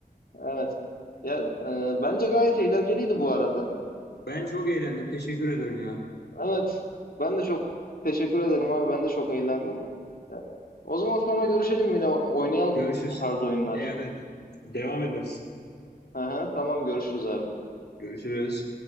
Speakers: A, on the left; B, on the left.
A: Evet. Ya e, bence gayet eğlenceliydi bu arada.
B: Ben çok eğlendim. Teşekkür ederim ya.
A: Evet. Ben de çok teşekkür ederim abi. Ben de çok eğlendim. E, O zaman sonra görüşelim yine oynayalım
B: Görüşürüz.
A: bu tarz oyunlar.
B: Evet. evet. Devam ederiz.
A: Hı hı, tamam görüşürüz abi.
B: Görüşürüz.